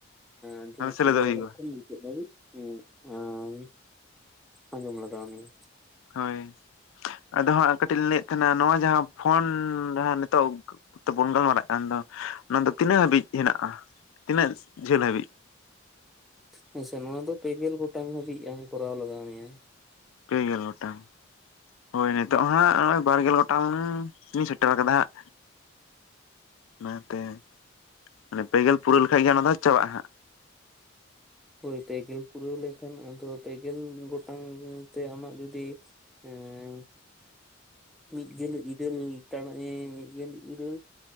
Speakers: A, in the centre; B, on the left.
A: ᱮᱜ ᱡᱳ
B: ᱟᱨ ᱥᱮᱞᱮᱫᱚᱜ
A: ᱯᱩᱨᱟᱹ
B: ᱦᱩᱭᱩᱜᱼᱟ
A: ᱮᱦᱚᱵ ᱠᱷᱚᱱ ᱢᱩ- ᱪᱮᱫᱷᱟᱣᱤᱜ ᱮᱸ ᱟᱢ ᱟᱡᱚᱢ ᱞᱟᱫᱟ ᱞᱤᱧ
B: ᱦᱳᱭ ᱟᱫᱚ ᱦᱟᱜ ᱠᱟᱹᱴᱤᱡ ᱞᱟᱹᱭᱮᱫ ᱛᱟᱦᱮᱱᱟ ᱱᱚᱣᱟ ᱡᱟᱦᱟ ᱯᱷᱳᱱ ᱡᱟᱦᱟ ᱱᱤᱛᱚᱜ- ᱛᱚ ᱵᱚᱱ ᱜᱟᱞᱢᱟᱨᱟᱜ ᱠᱟᱱ ᱫᱚ ᱱᱟᱣᱟ ᱫᱚ ᱛᱤᱱᱟᱹᱜ ᱦᱟᱹᱵᱤᱡ ᱦᱮᱱᱟᱜᱼᱟ ᱛᱤᱱᱟᱹᱜ ᱡᱷᱟᱹᱞ ᱦᱟᱹᱵᱤᱡ?
A: ᱦᱮᱥᱮ ᱱᱚᱣᱟ ᱫᱚ ᱯᱮ ᱜᱮᱞ ᱜᱚᱴᱟᱝ ᱦᱟᱵᱤᱡ ᱟᱢ ᱠᱚᱨᱟᱣ ᱞᱟᱜᱟᱣ ᱢᱮᱭᱟ ᱾
B: ᱯᱮ ᱜᱮᱞ ᱜᱚᱴᱟᱝ ᱦᱳᱭ ᱱᱤᱛᱚᱜ ᱦᱟᱜ ᱱᱚᱜᱼᱚᱭ ᱵᱟᱨ ᱜᱮᱞ ᱜᱚᱴᱟᱝ ᱞᱤᱧ ᱥᱮᱴᱮᱨ ᱠᱟᱫᱟ ᱦᱟᱸᱜ ᱚᱱᱟᱛᱮ ᱢᱟᱱᱮ ᱯᱮ ᱜᱮᱞ ᱯᱩᱨᱟᱹᱣ ᱞᱮᱠᱷᱟᱡ ᱜᱮ ᱚᱱᱟ ᱫᱚ ᱪᱟᱵᱟᱜᱼᱟ ᱦᱟᱜ
A: ᱦᱳᱭ ᱯᱮ ᱜᱮᱞ ᱯᱩᱨᱟᱹᱣ ᱞᱮᱠᱷᱟᱱ ᱟᱫᱚ ᱯᱮ ᱜᱮᱞ ᱜᱚᱴᱟᱝ ᱛᱮ ᱟᱢᱟᱜ ᱡᱩᱫᱤ- ᱮᱸᱻ ᱢᱤᱫ ᱜᱮᱞ ᱤᱫᱟᱹᱞᱮ ᱛᱟᱲᱟᱜ ᱮᱸ ᱢᱤᱫ ᱜᱮᱞ ᱤᱨᱟᱹᱞ